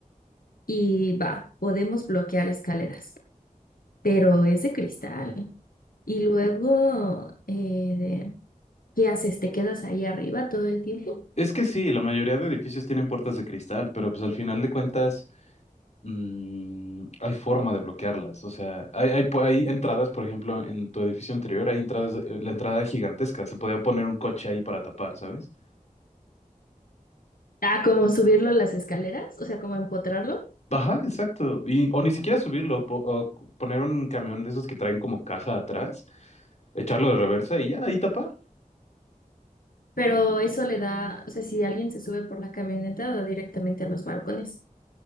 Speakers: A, on the left; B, on the left.
A: Y va, podemos bloquear escaleras, pero es de cristal. Y luego, eh, de- ¿qué haces? ¿Te quedas ahí arriba todo el tiempo?
B: Es que sí, la mayoría de edificios tienen puertas de cristal, pero pues al final de cuentas mm, hay forma de bloquearlas. O sea, hay, hay, po- hay entradas, por ejemplo, en tu edificio anterior, hay entradas, eh, la entrada gigantesca, se podía poner un coche ahí para tapar, ¿sabes?
A: Ah, como subirlo a las escaleras, o sea, como empotrarlo.
B: Ajá, exacto. Y, o ni siquiera subirlo, po- o poner un camión de esos que traen como caja atrás, echarlo de reversa y ya, ahí tapar.
A: Pero eso le da, o sea, si alguien se sube por la camioneta, da directamente a los balcones.